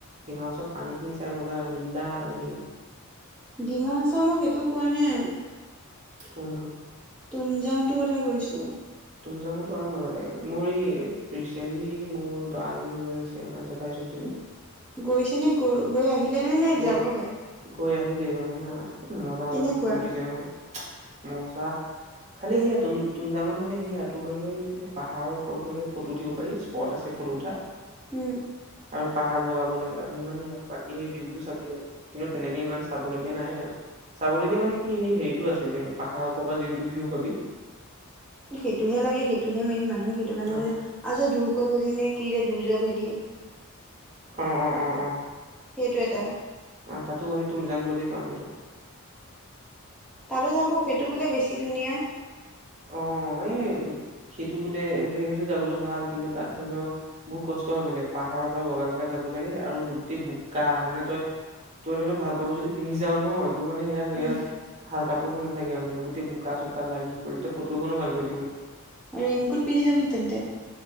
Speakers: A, on the right; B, in the centre.
A: ডিমা হাছাওত পানীখিনি চাই মজা নীলা পানীখিনি-
B: ডিমা হাচাও মই সেইটো কোৱা নাই।
A: কোনটো
B: তুম যাংটো কথা কৈছো
A: তুমযাংতো আৰু মজা লাগে মোৰ এই ৰিচেন্টলি মোৰ বা এজনী গৈছে আমাৰ জেঠাই <unintelligible>
B: গৈছে নে গৈ গৈ আহিলে নে নে
A: গৈ
B: যাবহে-
A: গৈ আহিলেই মানে হা কি মজা
B: তেনেকুৱা
A: মজা ফটো উঠিছে নহয় মজা খালি সেয়া তুম তুম জাঙত মানে- সেয়া তোৰ ধৰি ল এ পাহাৰৰ ওপৰত ধৰি ল ফটো উঠিব পাৰি স্পট আছে ফটো উঠা।
B: উম
A: আৰু পাহাৰ বগাব লাগে আৰু সিমানেই আৰু বাকী সেই ভিউটো চাবি আৰু কিন্তু তেনেকে ইমান চাবলগীয়া নাই আৰু। চাবলগীয়া মানে কি হেই হেৰিটো আছে ধৰি ল পাহাৰৰ ওপৰ পৰা যোনটো ভিউ পাবি।
B: সেইটোহে লাগে সেইটোহে মেইন মানুহে সেইটো কাৰণেহে
A: অ
B: আও যে দুৰ্গ ভেলি নে- কি যে দূৰ্য ভেলি
A: অ অ অ অ
B: সেইটো- এটা
A: অ তাতো সেই তুমজাং গলে পাম সেইটো-
B: তালো যাও বল সেইটো বোলে বেছি ধুনীয়া।
A: অ', এই সেইটো বোলে সেইটো সেইটো যাবলৈ ভাল কিন্তু তাত ধৰি ল বহুত কষ্ট বোলে পাহাৰৰ পৰা বগাই বগাই যাব লাগ আৰু গোটেই বোকা মানে তই তই ধত ভাল কাপোৰ যদি পিন্ধি যাও নহয়। তটো মানে সেয়া সেয়া
B: উম
A: ভাল কাপোৰ হৈ নাথাকে আৰু মানে মানে গোটেই বোকা চোকা লাগি কৰি তো ফটোখনো ভালকে উঠিব
B: আৰু ৰেংকুত পিন্ধি যাম তেন্তে-